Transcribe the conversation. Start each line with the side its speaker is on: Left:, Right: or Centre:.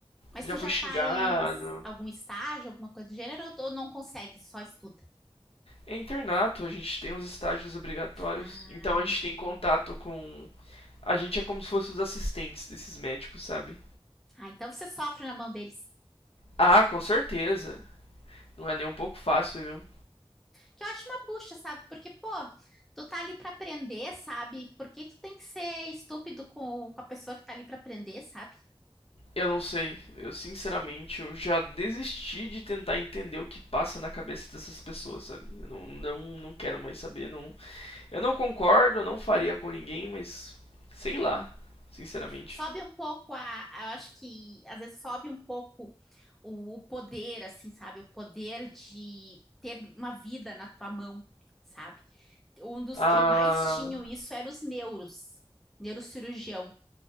Centre: mas
Left: Já
Centre: tu
Left: fui
Centre: já
Left: xingado.
Centre: faz algum estágio, alguma coisa do gênero, ou ou não consegue, só estuda?
Left: É internato, a gente tem os estágios obrigatórios.
Centre: Ah,
Left: Então a gente tem contato com. A gente é como se fosse os assistentes desses médicos, sabe?
Centre: ah, então você sofre na mão deles.
Left: Ah, com certeza. Não é nem um pouco fácil, viu?
Centre: Que eu acho uma bucha, sabe? Porque, pô, tu tá ali pra aprender, sabe? Por que tu tem que ser estúpido com, com a pessoa que tá ali pra aprender, sabe?
Left: Eu não sei. Eu sinceramente eu já desisti de tentar entender o que passa na cabeça dessas pessoas, sabe? Eu não, não, não quero mais saber. Não, eu não concordo, eu não faria com ninguém, mas sei lá, sinceramente.
Centre: Sobe um pouco a, eu acho que às vezes sobe um pouco o, o poder, assim, sabe? O poder de ter uma vida na tua mão, sabe? Um dos
Left: Ah,
Centre: que mais tinham isso eram os neuros, neurocirurgião.